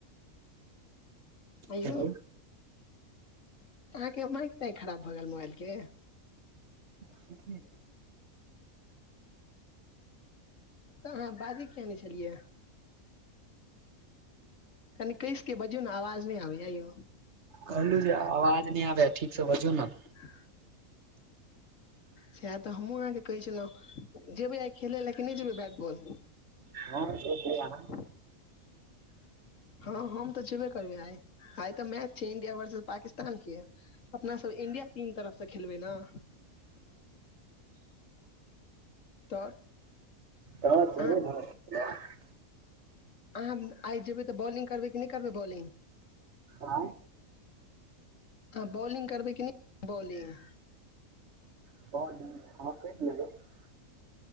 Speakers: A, on the left; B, on the right.
A: आ यौ
B: हेलो
A: अहाँकेँ माइक ताइक खराब भऽ गैल मोबाइल केँ
B: <inaudible>
A: तऽ अहाँ बाजै किया नै छलियै कनि कइस केँ बाजियो नऽ आवाज नय आबै य यौ
B: कहलू जे अवाज नय आबै य ठीक सँ बाजू नऽ
A: <inaudible> सैह तऽ हमहूँ अहाँकेँ कहै छलहुँ जेबै आइ खेलै लऽ कि नय जेबै बैट बॉल
B: हँ जेबै अहाँ
A: <inaudible> हँ हम तऽ जैबे करबै आइ आइ तऽ मैच छै इंडिया वर्सेस पाकिस्तान केँ अपना सब इंडिया टीम तरफ सँ खेलबै नऽ तऽ
B: हँ जरूर
A: अहाँ
B: <unintelligible>
A: अहाँ आइ जेबै तऽ बॉलिंग करबै कि नय करबै बॉलिंग
B: आय
A: हँ बॉलिंग करबै की बॉलिंग
B: बॉलिंग हँ <unintelligible>